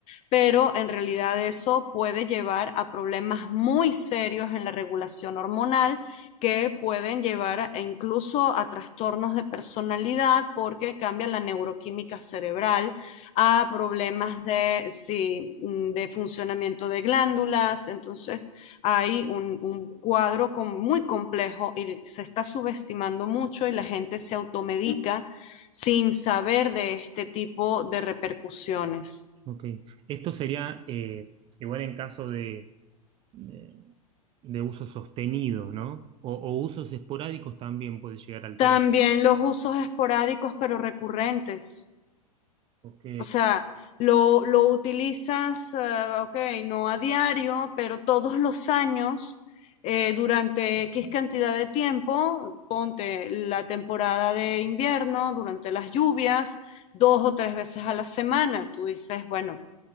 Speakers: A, on the left (about 35°); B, on the right (about 25°).
A: pero en realidad eso puede llevar a problemas muy serios en la regulación hormonal que pueden llevar a, incluso a trastornos de personalidad porque cambia la neuroquímica cerebral, a problemas de, sí, mm, de funcionamiento de glándulas. Entonces hay un, un cuadro con, muy complejo y se está subestimando mucho y la gente se automedica sin saber de este tipo de repercusiones.
B: Ok. Esto sería eh, igual en caso de, de, de uso sostenido, ¿no? O, o usos esporádicos también puede llegar a alterar.
A: También los usos esporádicos pero recurrentes.
B: Ok,
A: O sea, lo, lo utilizas, ah, ok, no a diario, pero todos los años, eh, durante X cantidad de tiempo, ponte la temporada de invierno, durante las lluvias, dos o tres veces a la semana. Tú dices, bueno.